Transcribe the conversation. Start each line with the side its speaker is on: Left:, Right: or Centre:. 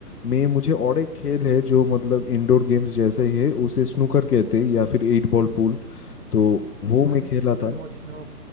Left: मैं मुझे और एक खेल है जो मतलब इंडोर गेम्स जैसा ही है उसे स्नूकर कहते हैं या फिर एट बॉल पूल तो वो
Right: हाँ
Left: मैं खेला
Right: स्नूकर
Left: था
Right: वो जिसमें वो